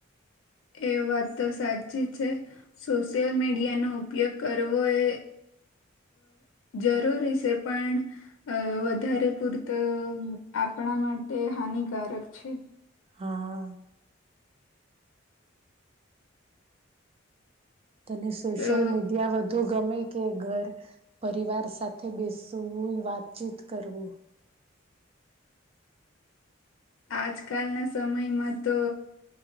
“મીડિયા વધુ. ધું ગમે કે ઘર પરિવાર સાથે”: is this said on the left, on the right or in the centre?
Right